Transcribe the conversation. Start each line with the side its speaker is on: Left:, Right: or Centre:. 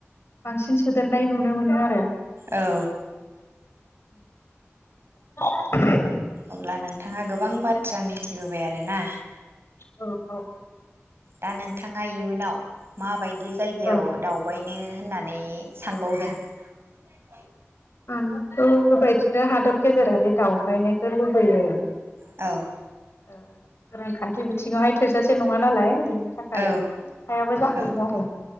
Left: बांसिन सोदेरनाय नुनो मोनो आ <unintelligible> औ
Right: औ
Left: <unintelligible> <unintelligible>
Right: अब्ला नोंथाङा गोबां बाथ्रा मिथिबोबाय आरोना
Left: औ औ
Right: दा नोंथाङा इयुनाव माबायदि जायगायाव
Left: औ
Right: दावबायनो होननानै सानबावदों? <unintelligible>
Left: आंथ बेबायदिनो हादर गेजेरारि दावबायनायखौ लुबैयो।
Right: औ
Left: ओ रांखान्थि बिथिङावहाय थोजासे नङा नालाय। बेनि थाखाय
Right: औ
Left: हायाबो जाहैयो
Right: औ
Left: आरो